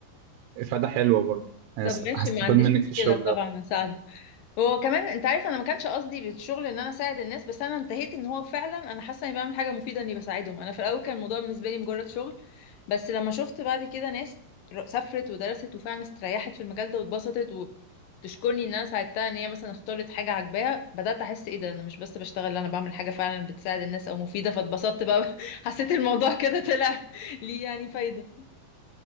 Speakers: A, on the right; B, on the left.
A: افاده حلوه برضه يعني
B: طب
A: است-
B: ماشي
A: هستفاد
B: ما عنديش
A: منك في
B: مشكله
A: الشغل ده
B: طبعا هساعدك وكمان انت عارف انا ما كانش قصدي بالشغل ان انا اساعد الناس بس انا انتهيت ان هو فعلا انا حاسه اني بعمل حاجه مفيده اني بساعدهم انا في الاول كان الموضوع بالنسبه لي مجرد شغل بس لما شفت بعد كده ناس ر- سافرت ودرست وفعلا استريحت في المجال ده واتبسطت وتشكرني ان انا ساعدتها ان هي مثلا اختارت حاجه عاجباها بدات احس ايه ده انا مش بس بشتغل لا، انا بعمل حاجه فعلا بتساعد الناس او مفيده فاتبسطت بقى <laughs> حسيت الموضوع كده طلع ليه يعني فايده